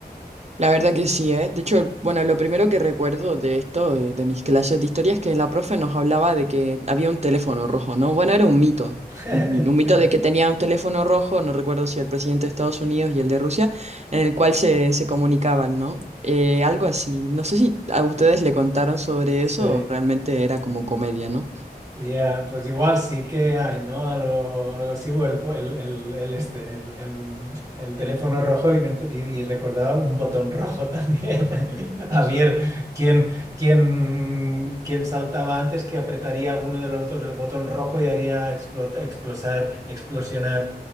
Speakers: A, on the right; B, on the right.
A: La verdad que sí, ¿eh? De hecho, bueno, lo primero que recuerdo de esto, de, de mis clases de historia, es que la profe nos hablaba de que había un teléfono rojo, ¿no? Bueno, era un mito.
B: <laughs>
A: mm, Un mito de que tenía un teléfono rojo, no recuerdo si el presidente de Estados Unidos y el de Rusia, en el cual se, se comunicaban, ¿no? Eh, algo así. No sé si a ustedes le contaron sobre
B: Sí,
A: eso o realmente era como comedia, ¿no?
B: Ya, pues igual sí que hay, ¿no? Algo, algo así, o el, el, el, el este, el, el- el teléfono rojo y, me ent- y- y recordaba un botón rojo también. <laughs> A ver, ¿quién, quién, quién saltaba antes que apretaría uno de los dos el botón rojo y haría explo- explosar, explosionar